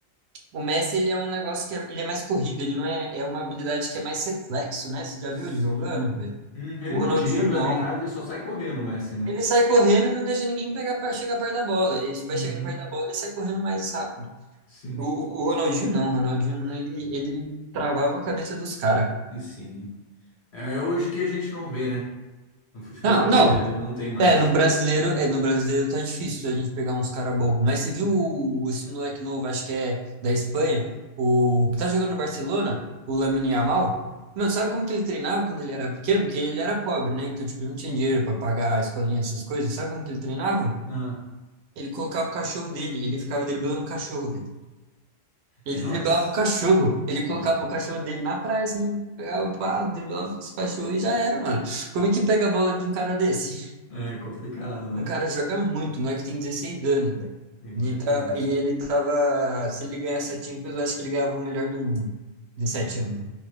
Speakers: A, on the right; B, on the left.
A: O Messi, ele é um negócio que é, ele é mais corrido, ele não é, é uma habilidade que é mais reflexo, né? Você já
B: sim.
A: viu ele jogando, velho?
B: Hum, ele
A: O
B: não
A: Ronaldinho
B: dribla
A: não.
B: nem nada, ele só sai correndo, o Messi, né?
A: Ele sai correndo e não deixa ninguém pegar para chegar perto da bola. Ele vai
B: Uhum,
A: chegando perto da bola, e sai correndo mais rápido.
B: sim,
A: O, o Ronaldinho não, o Ronaldinho não, ele, ele travava a cabeça dos caras.
B: e sim. É hoje que a gente não vê, né? No futebol
A: Não,
B: brasileiro,
A: não,
B: não tem mais.
A: É, no brasileiro, é, no brasileiro tá difícil a gente pegar uns cara bom. Mas você viu o- esse moleque novo, acho que é da Espanha, o que tá jogando no Barcelona, o Lamine Yamal? Mano, sabe como que ele treinava quando ele era pequeno? Porque ele era pobre, né? Então, tipo, ele não tinha dinheiro pra pagar a escolinha, essas coisas. Sabe como que ele treinava?
B: Ah.
A: Ele colocava o cachorro dele, ele ficava driblando o cachorro, velho. Ele
B: Nossa,
A: driblava o cachorro, ele colocava
B: Ah,
A: o cachorro dele na praia, assim, pegava, pá, driblava os cachorros e já era, mano. Como é que pega a bola de um cara desse?
B: é complicado, né?
A: O cara joga muito, o moleque tem 16 anos, velho.
B: Imagino.
A: E, tá, e ele tava. Se ele ganhasse a Champions, eu acho que ele ganhava o melhor do mundo. 17
B: Ah,
A: anos. né?